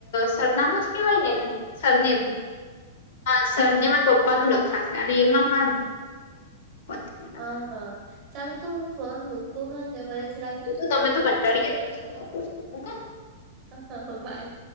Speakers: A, on the left; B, on the right.
A: સરનામું જ કેવાય નેને સરનેમ હા સરનેમ પપ્પા નું લખાશે અને એમાં મારા પતિનું
B: હા
A: લખાશે
B: હા ચાલો તો હું ફોન મૂકું હા ને મને જ રાત
A: તો તમે તો કંટાળી ગયા તમે શું લખો છો મૂકો.
B: હ હ હ બાય